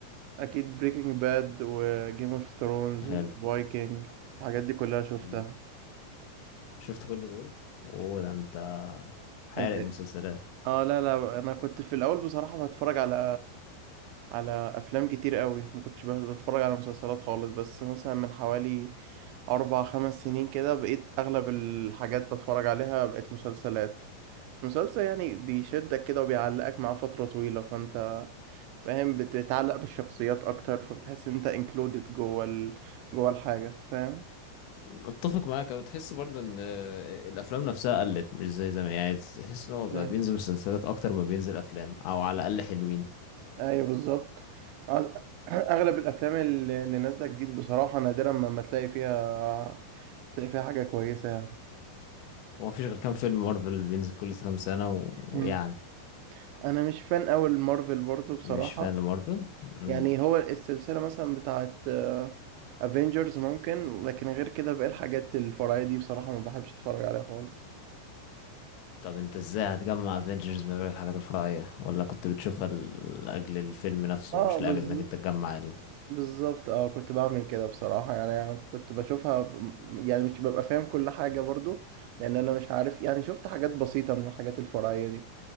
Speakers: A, on the right (about 85°); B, on the left (about 75°).
A: اكيد بريكنج باد وجيم اوف ثرونز
B: حلو
A: وفايكنج الحاجات دي كلها شفتها
B: مم. شفت كل دول اوه ده انت حارق
A: انت إيه؟
B: مسلسلات
A: اه لا لا انا كنت في الاول بصراحة بتفرج على على افلام كتير قوي ما كنتش بس بتفرج على مسلسلات خالص بس مثلا من حوالي اربع خمس سنين كده بقيت اغلب الحاجات بتفرج عليها بقت مسلسلات مسلسل يعني بيشدك كده وبيعلقك معاه فترة طويلة فانت فاهم بتتعلق بالشخصيات اكتر فبتحس ان انت انكلودed جوه ال... جوه الحاجة فاهم
B: اتفق معاك انا تحس برضه ان آه، الافلام نفسها قلت مش زي زمان يعني تحس ان هو بقى
A: آه.
B: بينزل مسلسلات اكتر ما بينزل افلام او على الاقل حلوين
A: ايوه بالظبط عاوز- <clears throat> اغلب الافلام اللي اللي نازلة جديد بصراحة نادرا ما ما تلاقي فيها تلاقي فيها حاجة كويسة
B: هو مفيش غير كام فيلم مارفل بينزل كل كام سنه و- ويعني
A: يعني انا مش فان قوي المارفل برضو بصراحة
B: مش فان لمارفل مم.
A: يعني هو السلسلة مثلا بتاعت افنجرز ممكن لكن غير كده باقي الحاجات الفرعية دي بصراحة ما بحبش اتفرج عليها خالص
B: طب انت ازاي هتجمع افنجرز من غير الحاجات الفرعيه ولا كنت بتشوفها ل- لاجل الفيلم نفسه
A: اه
B: مش
A: بالظبط
B: لاجل انك انت تجمع ال...
A: بالظبط اه كنت بعمل كده بصراحة يعني كنت بشوفها م- يعني مش ببقى فاهم كل حاجة برضو لان انا مش عارف يعني شفت حاجات بسيطة من الحاجات الفرعية دي